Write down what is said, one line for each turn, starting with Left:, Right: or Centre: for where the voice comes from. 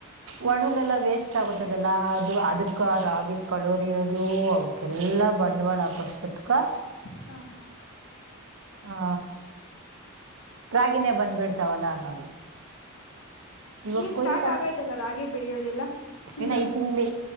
Right: ಒಣಲೆ ಎಲ್ಲಾ ವೇಸ್ಟ್ ಆಗತದಲ್ಲ ಅದು ಅದಕ್ಕ ರಾಗಿ ಕಳೋರಿ ದು ಅವಕ್ಕೆಲ್ಲಾ ಬಂಡವಾಳ ಹಾಕಷ್ಟೊತ್ಕ
Left: ಹಾ
Right: ಹಾ ರಾಗಿನೇ ಬಂದ್ಬಿಡ್ತಾವಲ್ಲ ಅನ್ನೋದು ಇವ
Left: ನೀವ್
Right: ಕೊಯ್ಕೊಟ್ಟು
Left: ಸ್ಟಾರ್ಟ್ ಆಗೈತಲ್ಲ ರಾಗಿ ಬೆಳಿಯೋದೆಲ್ಲ ಸೀಸನ್
Right: ಇಲ್ಲ ಈ ತಿಂಗಳ